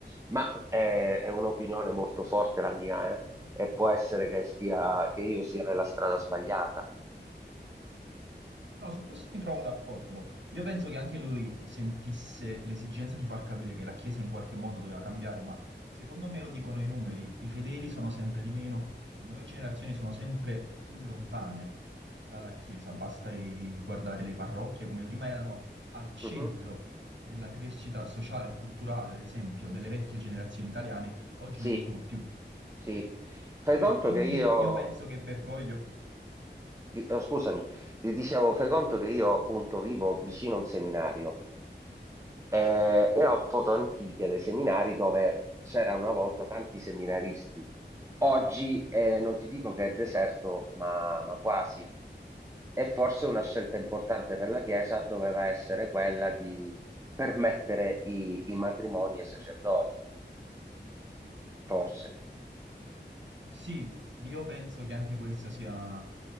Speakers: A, on the right (about 15°); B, on the right (about 85°).
A: Ma eh, è un'opinione molto forte la mia, eh, E può essere che stia, che io sia nella strada sbagliata.
B: No, su questo mi trovo d'accordo. Io penso che anche lui sentisse l'esigenza di far capire che la Chiesa in qualche modo doveva cambiare, ma secondo me lo dicono i numeri, i fedeli sono sempre di meno, le nuove generazioni sono sempre più lontane dalla Chiesa, basta i- guardare le parrocchie come prima erano al centro
A: Mhm.
B: della crescita sociale e culturale, ad esempio, delle vecchie generazioni italiane, oggi
A: Sì.
B: non lo sono più.
A: Sì, fai
B: Per
A: conto
B: cui
A: che io,
B: io penso che Bergoglio
A: di- no, scusami, eh, dicevo, fai conto che io appunto vivo vicino a un seminario eh, e ho foto antiche dei seminari dove c'era una volta tanti seminaristi. Oggi eh, non ti dico che è deserto, ma, ma quasi. E forse una scelta importante per la Chiesa doveva essere quella di permettere i, i matrimoni ai sacerdoti, forse.
B: Sì, io penso che anche questo sia